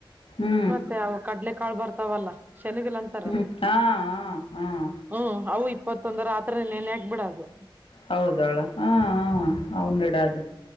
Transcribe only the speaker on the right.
ಮತ್ತೆ ಅವು ಕಡ್ಲೆ ಕಾಳ ಬರ್ತಾವಲ್ಲ ಶನಿಗಗಳಂತಾರಲ್ಲ
ಹ್ಮ್ ಅವು ಇಪ್ಪತ್ತೊಂದರ ಆತ್ರರನ್ನೇನ್ ಯಾಕೆ ಕ ಬಿಡಾದು